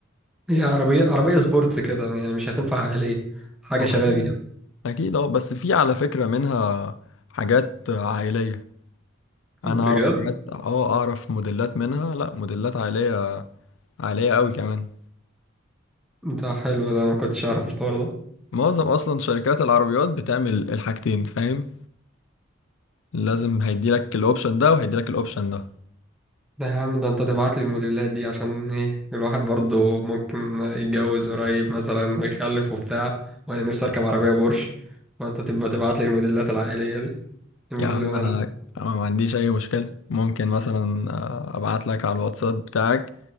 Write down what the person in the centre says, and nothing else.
هي عربية عربية سبورت كده يعني مش هتنفع عائلية حاجة
شبابي
كده
بجد
ده حلو ده انا ما كنتش اعرف الحوار ده
ده يا عم ده انت تبعت لي الموديلات دي عشان ايه الواحد برضه ممكن يتجوز قريب مثلا ويخلف وبتاع وانا نفسي اركب عربية بورش فانت تبقى تبعت لي الموديلات العائلية دي الموديل
اللي انا
العائلي